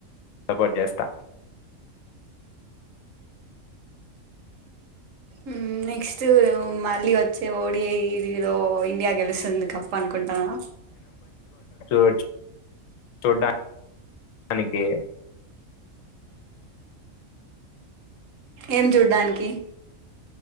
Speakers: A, on the left; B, on the right.
A: సపోర్ట్ చేస్తా
B: ఉమ్ నెక్స్ట్ మళ్ళీ వచ్చే ఒడ్ <unintelligible> ఇండియా గెలుస్తుంది కప్ అనుకుంటనవా
A: రోజ్ చూడ్డ డానికి
B: ఏం చూడ్డానికి